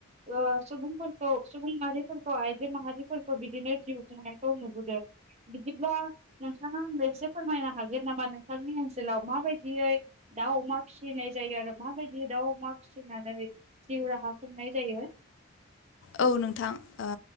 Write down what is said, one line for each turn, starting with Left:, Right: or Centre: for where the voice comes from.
Right: ओ सुबुंफोरखौ सुबुं माहारिफोरखौ आइजो माहारिफोरखौ बिदिनो जिउ खुंनायखौ नुबोदों। बिदिब्ला नोंथाङा आंनो एसे फोरमायनो हागोन नामा नोंथांनि ओनसोलाव माबायदियै दाउ अमा फिसिनाय जायो आरो माबायदि दाउ अमा फिसिनानै जिउ राहा खुंनाय जायो?
Left: औ नोंथां ओ